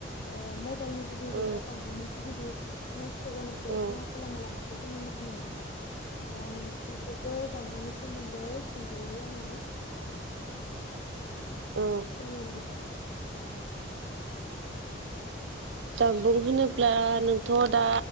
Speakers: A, on the left (about 45°); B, on the right (about 70°).
A: ओ मबाइलनि। जुगिदि
B: औ
A: बा जानबुंनि जुगिदि नस्थ' जानायखौ
B: औ
A: खहा खालामना लानायखौ जोङो मिथिनो मोनो। दा नोंथांखौबो जामबुंनि सोमोन्दै सुंद'यै आङो।
B: औ
A: फोरमायना होनो थाबाय।
B: जानबुं होनोब्ला नोंथ' दा